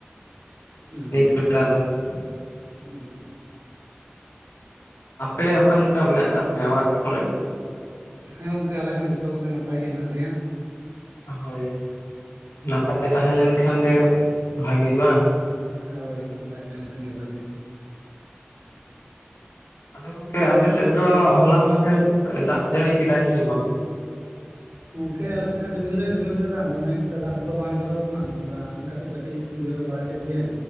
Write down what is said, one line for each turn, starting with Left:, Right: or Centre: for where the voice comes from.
Right: <unintelligible>
Left: ᱱᱤᱛ ᱵᱮᱲᱟ ᱫᱚ ᱟᱯᱮ ᱚᱠᱟᱞᱮᱠᱟ ᱢᱮᱱᱟᱜ ᱟᱠᱟᱫ ᱯᱮᱭᱟ ᱚᱲᱟᱜ ᱠᱚᱨᱮᱜ?
Right: ᱦᱮᱸ ᱜᱚᱝᱠᱮ ᱟᱞᱮ ᱦᱚᱸ ᱡᱚᱛᱚ ᱠᱚᱜᱮ ᱱᱟᱯᱟᱭ ᱜᱮ ᱦᱮᱱᱟᱜ ᱞᱮᱭᱟ᱾
Left: ᱦᱳᱭ᱾ ᱱᱟᱯᱟᱭ ᱛᱟᱦᱮᱸ ᱞᱮᱱ ᱠᱷᱟᱱ ᱜᱮ ᱵᱷᱟᱜᱤ ᱵᱟᱝ?
Right: ᱦᱳᱭ ᱱᱟᱯᱟᱭ ᱛᱟᱦᱮᱸ ᱞᱮᱱᱠᱷᱟᱱ ᱜᱮ ᱵᱷᱟᱜᱮ᱾
Left: ᱟᱫᱚ ᱜᱚᱝᱠᱮ
Right: ᱜᱚᱢᱠᱮ
Left: ᱟᱯᱮ ᱥᱮᱫ ᱫᱚ ᱦᱚᱞᱟ ᱢᱟᱦᱫᱷᱮᱨ ᱫᱟᱜ ᱡᱟᱹᱲᱤ ᱠᱮᱫᱟᱭ ᱥᱮ ᱵᱟᱝ?
Right: ᱜᱚᱢᱠᱮ ᱟᱞᱮ ᱥᱮᱫ ᱨᱤᱢᱤᱞ ᱫᱚᱭ ᱨᱤᱢᱤᱞ ᱨᱮᱫᱟ ᱫᱚᱢᱮ ᱮᱠᱴᱟ ᱫᱟᱜ ᱠᱚᱫᱚ ᱵᱟᱝ ᱡᱚᱨᱚᱣ ᱟᱠᱟᱱᱟ ᱚᱱᱠᱟ ᱠᱟᱹᱴᱤᱡ ᱠᱟᱹᱴᱤᱡ ᱡᱚᱨᱚ ᱵᱟᱲᱟ ᱠᱮᱫ ᱜᱮᱭᱟ᱾